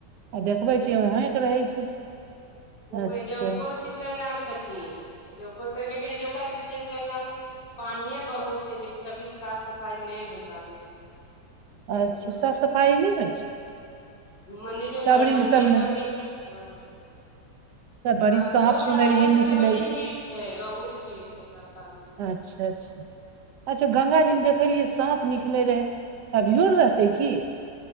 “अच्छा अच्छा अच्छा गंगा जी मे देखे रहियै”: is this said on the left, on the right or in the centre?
Right